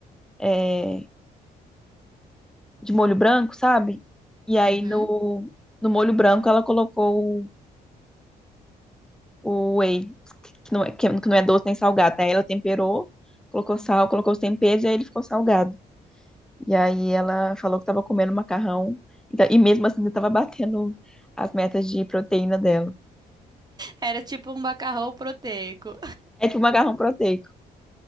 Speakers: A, in the centre; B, on the right.
A: é, de molho branco, sabe? E aí
B: Uhum.
A: no, no molho branco ela colocou o, o whey, que não, é, que não é doce nem salgado, né? Ela temperou, colocou sal, colocou os temperos e aí ele ficou salgado. E aí ela falou que estava comendo macarrão. Então, e mesmo assim, estava batendo as metas de proteína dela.
B: Era tipo um macarrão proteico.
A: É tipo macarrão proteico.